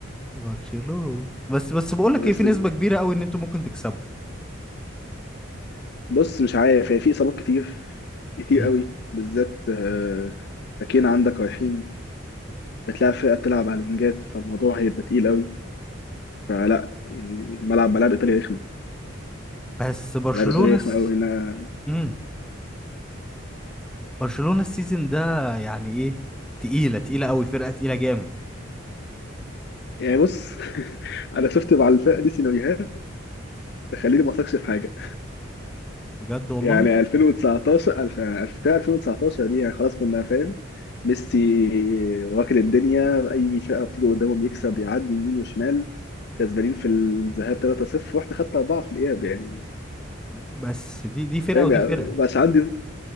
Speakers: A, in the centre; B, on the left.
A: برشلونة بس بس
B: <laughs>
A: بقول
B: بس
A: لك ايه في نسبة كبيرة قوي ان انتوا ممكن تكسبوا
B: بص مش عارف هي في اصابات كتير كتير
A: مم.
B: قوي بالذات آه، باكين عندك رايحين بتلاقي فرقه بتلعب على الونجات فالموضوع هيبقى تقيل قوي فلا يعني الملعب ملاعب ايطاليا رخمه
A: بس برشلونة
B: ملاعب ايطاليا
A: الس...
B: رخمه قوي انا
A: مم. برشلونة السيزون ده يعني ايه تقيلة تقيلة قوي فرقة تقيلة جامد
B: يعني بص <laughs> انا شفت مع الفرقه دي سيناريوهات تخليني ما اثقش في حاجه
A: بجد والله
B: يعني 2019 الف- يعني 2019 دي يعني خلاص كنا فاهم ميسي واكل الدنيا اي فئه بتيجي قدامه بيكسب يعدي يمين وشمال كسبانين في الذهاب 3-0 رحت خدت اربعه في الاياب يعني
A: بس دي دي فرقة
B: فاهم
A: ودي
B: يعني
A: فرقة
B: مش عندي